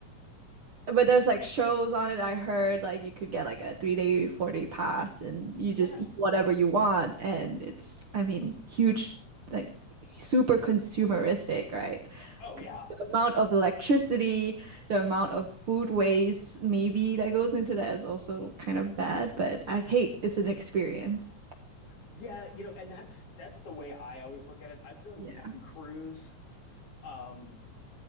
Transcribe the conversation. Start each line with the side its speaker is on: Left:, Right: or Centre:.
Right: But there's like shows on it. I heard like you could get like a three day, four day pass and you
Left: Yeah,
Right: just eat whatever you want. And it's, I mean, huge, like, super consumeristic, right?
Left: Oh yeah.
Right: The amount of electricity, the amount of food waste, maybe that goes into that is also kind of bad, but I hate it's an experience.
Left: Yeah, you know, and that's that's the way I always look at it. I've done
Right: Yeah.
Left: one cruise. Um